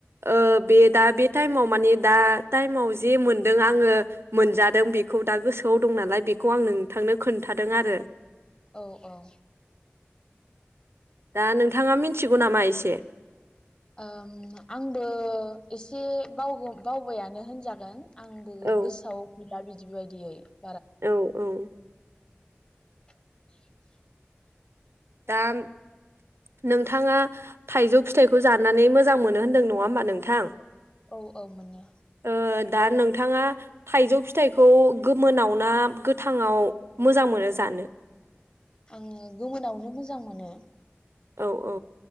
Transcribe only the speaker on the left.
औ
ओम आंबो एसे बाव बावबायानो होनजागोन। आंबो
गोसोआव गैला बिद <unintelligible>
<inaudible>
औ औ मोनो।
आङो गोमोनावनो मोजां मोनो।